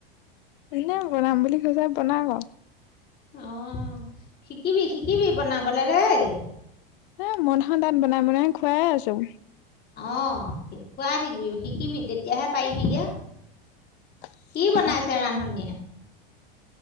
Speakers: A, on the left (about 60°); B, on the left (about 35°).
A: এনে বনাম বুলি কৈছে বনাব।
B: অহ, শিকিবি শিকিবি বনাবলে দেই।
A: এ <unintelligible> বনাই বনাই খোৱাই আছোঁ।
B: অঁ, কুৱাত শিকিবি শিকিবি তেতিয়াহে পাৰিবিগে।
A: <unintelligible>
B: কি বনাইছে ৰান্ধনীয়ে